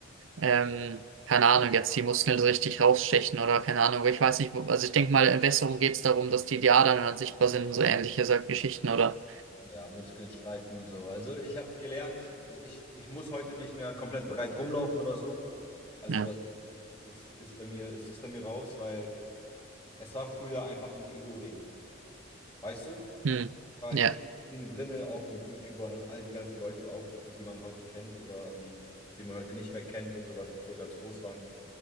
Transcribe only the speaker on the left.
Ja, Muskeln streifen und so. Also ich habe gelernt, also ich, ich muss heute nicht mehr komplett breit rumlaufen oder so. Also
das ist, ist bei mir, ist, ist bei mir raus, weil es war früher einfach ein Ego-Ding. Weißt du?
War
tief Dinge drin, auch mit YouTubern und all die ganzen Leute, auch die man heute kennt oder die, die man heute nicht mehr kennt und so, was die früher ganz groß waren.